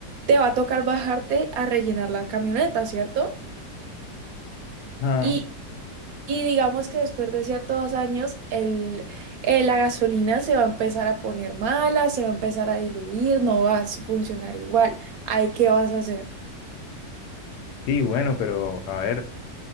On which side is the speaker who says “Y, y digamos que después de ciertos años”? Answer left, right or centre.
Right